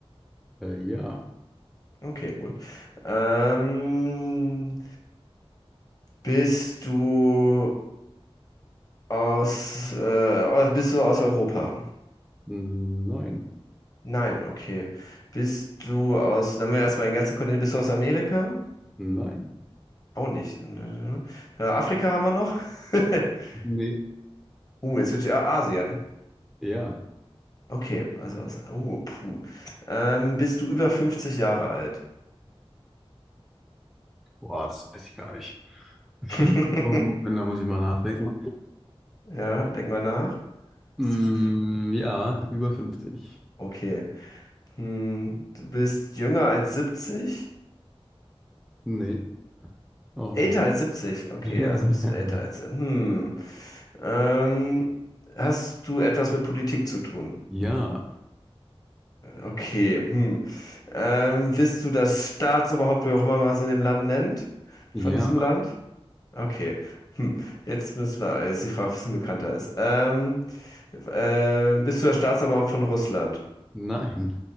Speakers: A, in the centre; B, on the left.
A: äh, ja,
B: Okay, gut. Ähm, bist du aus, äh, bist du aus Europa?
A: nein,
B: Nein, okay. Bist du aus, dann haben wir erstmal den ganzen Kontinent, bist du aus Amerika?
A: nein,
B: Auch nicht. Äh, Afrika haben wir noch? <laughs>
A: nee,
B: Uh, jetzt wird ja Asien.
A: ja.
B: Okay, also aus, oh, puh. Ähm, bist du über fünfzig Jahre alt?
A: Boah, das weiß ich gar nicht. <laughs>
B: <laughs>
A: Da muss ich mal nachdenken.
B: Ja, denk mal nach.
A: Mm,
B: Bist du über 50?
A: ja, über fünfzig.
B: Okay. Hm, du bist jünger als 70?
A: Nee, auch
B: Älter
A: nicht.
B: als 70. okay,
A: <laughs> Ja.
B: also bist du älter als. Hm. Ähm, hast du etwas mit Politik zu tun?
A: Ja,
B: Okay, hm. Ähm, bist du das Staatsoberhaupt, wie auch immer man es in dem Land nennt?
A: ja,
B: Von diesem Land? Okay. Hm. Jetzt müssen wir, jetzt die Frage, ob es ein bisschen bekannter ist. Ähm, ähm, bist du das Staatsoberhaupt von Russland?
A: nein.